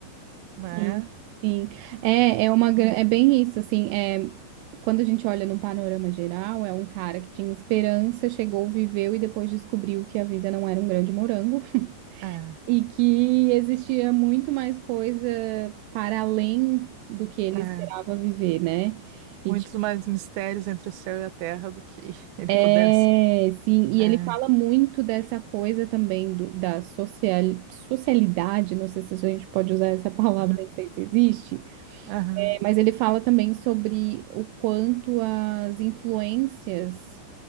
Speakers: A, on the right (about 70°); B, on the right (about 85°).
A: né,
B: sim, sim. É, é uma, gra- é bem isso, assim, é, quando a gente olha num panorama geral, é um cara que tinha esperança, chegou, viveu e depois descobriu que a vida não era um grande morango <laughs>
A: é,
B: e que existia muito mais coisa para além do que ele
A: é,
B: esperava
A: é.
B: viver, né? E,
A: muitos
B: tipo,
A: mais mistérios entre o céu e a terra do que <laughs> ele
B: é,
A: pudesse,
B: sim, e
A: é,
B: ele fala muito dessa coisa também do- da social, socialidade, não sei se a gente pode usar essa <laughs> palavra,
A: aham,
B: nem sei se existe,
A: aham,
B: Mas ele fala também sobre o quanto as influências